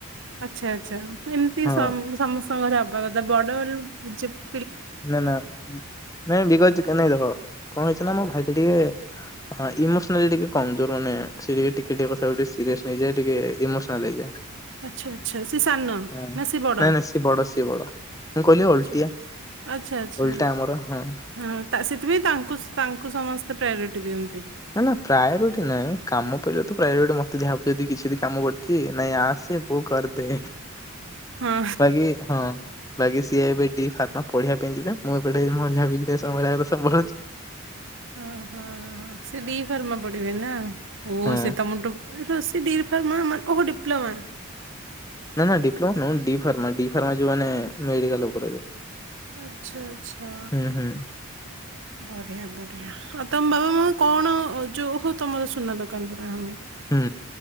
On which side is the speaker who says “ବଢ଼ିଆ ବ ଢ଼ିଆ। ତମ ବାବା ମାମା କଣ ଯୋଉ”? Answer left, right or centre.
Right